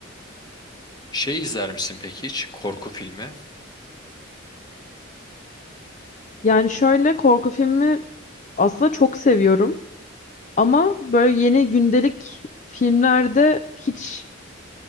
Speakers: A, on the left; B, on the left.
A: Şey izler misin peki hiç? Korku filmi?
B: Yani şöyle korku filmi aslında çok seviyorum ama böyle yeni gündelik filmlerde hiç